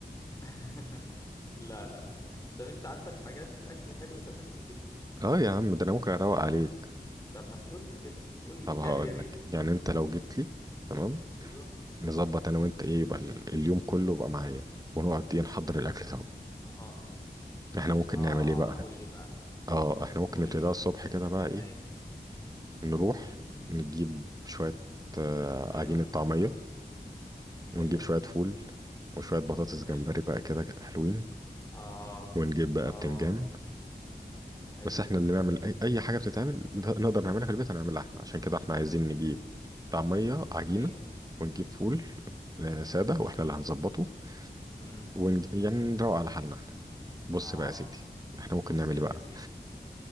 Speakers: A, on the left (about 20°); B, on the right (about 20°).
A: <laughs> لا لا لا طب انت عندك حاجات اكل حلو يتعمل في البيت
B: اه يا عم ده انا ممكن اروق عليك
A: طب ما تقول لي كده قول
B: طب
A: لي جري
B: هقول
A: ريق
B: لك يعني انت لو جيت لي تمام
A: ايوه
B: نظبط انا وانت ايه يبقى ال- اليوم كله يبقى معايا ونقعد دي نحضر الاكل سوا
A: اه
B: احنا ممكن
A: اه
B: نعمل ايه بقى
A: آه، قول لي بقى
B: اه احنا ممكن
A: قول
B: نبتديها
A: لي
B: الصبح
A: قول لي
B: كده
A: هتاكلنا
B: بقى ايه
A: ايه
B: نروح
A: امم
B: نجيب شوية آه،
A: ايوه
B: عجينة طعمية ونجيب
A: ايوه
B: شوية فول وشوية بطاطس
A: حلو
B: جمبري بقى كده حلوين
A: اه
B: ونجيب بقى
A: اه
B: بتنجان
A: ايوه
B: بس احنا اللي نعمل اي, أي حاجة بتتعمل ده- نقدر نعملها في البيت هنعملها احنا عشان كده احنا عايزين نجيب طعمية عجينة
A: ايوه
B: ونجيب فول آه، سادة واحنا اللي هنظبطه
A: امم
B: ونج... يعني نروق على حالنا احنا بص
A: اه
B: بقى يا سيدي احنا ممكن
A: بسيط
B: نعمل ايه بقى
A: يا سيدي